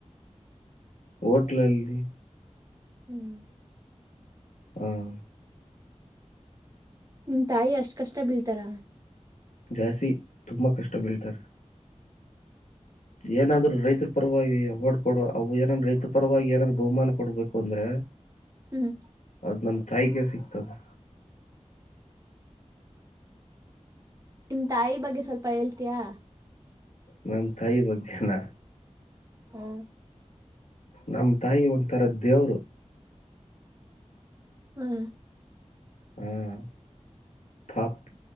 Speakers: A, on the left; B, on the right.
A: ಹೋಟ್ಲಲ್ಲಿ
B: ಹ್ಮ್
A: ಹ್ಮ್
B: ನಿಮ್ ತಾಯಿ ಅಷ್ಟ್ ಕಷ್ಟ ಬೀಳ್ತಾರ
A: ಜಾಸಿ ತುಂಬಾ ಕಷ್ಟ ಬೀಳ್ತಾರೆ ಏನಾದ್ರು ರೈತರ ಪರವಾಗಿಯ ಡ್ ಕೊ ಅವು ಏನನ್ ರೈತ ಪರವಾಗಿ ಏನಾದಾರ ಬಹುಮಾನ ಕೊಡ್ಬೇಕು ಅಂದ್ರೆ
B: ಹ್ಮ್
A: ಅದ್ ನಮ ತಾಯಿಗೆ ಸಿಕ್ <inaudible>
B: ನಿಮ್ ತಾಯಿ ಬಗ್ಗೆ ಸ್ವಲ್ಪ ಹೇಳ್ತಯಾ
A: ನಮ ತಾಯಿ ಬಗ್ಗೆನಾ
B: ಹ್ಮ್
A: ನಮ್ ತಾಯಿ ಒಂತರ ದೇ ದೇವ್ರು
B: ಹ್ಮ.
A: ಹ್ಮ್ ಪ್.